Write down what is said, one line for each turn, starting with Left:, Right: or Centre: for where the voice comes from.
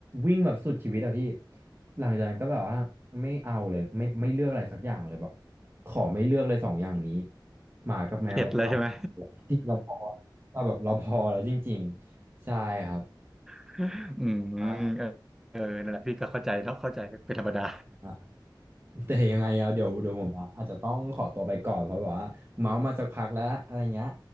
Right: วิ่งแบบสุดชีวิตอะพี่หลังจากนั้นก็แบบว่าไม่เอาเลยไม่ไม่เลือกอะไรสักอย่างเลยแบบขอไม่เลือกเลยสองอย่างนี้หมากับแมวเอา
Centre: เข็ดแล้วใช่ไหม
Right: ที่เราพอเราแบบเราพอแล้วจริงๆใช่ครับ
Centre: <laughs> อืม
Right: <laughs> ใช่ครับ
Centre: เออเออนั่นแหละพี่ก็เข้าใจเนาะเข้าใจเป็นธรรมดา
Right: อ่ะแต่ยังไงอะเดี๋ยวเดี๋ยวผมอะอาจจะต้องขอตัวไปก่อนเพราะแบบว่าเมาส์มาสักพักแล้วอะไรเงี้ย